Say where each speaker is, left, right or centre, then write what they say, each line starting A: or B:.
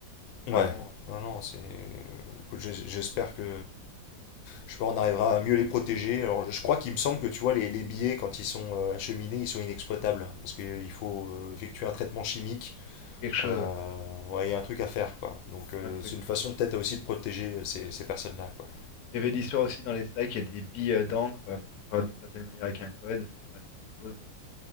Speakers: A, on the left; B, on the left.
A: Ouais.
B: Vraiment, euh,
A: Non, non, c'est. Écoute, j'es- j'espère que. Je sais pas, on arrivera à mieux les protéger. Alors, je je crois qu'il me semble que tu vois, les, les billets, quand ils sont euh, acheminés, ils sont inexploitables. Parce qu'il faut euh, effectuer un traitement chimique
B: quelque chose,
A: Euh,
B: ouais.
A: ouais, il y a un truc à faire, quoi. Donc, euh,
B: C'est Un truc.
A: c'est une façon peut-être aussi de protéger euh, ces, ces personnes-là, quoi.
B: Il y avait l'histoire aussi dans les sacs, il y a des billes euh, d'encre. Il faut les avoir d'une certaine manière avec un code, sinon elles explosent. Et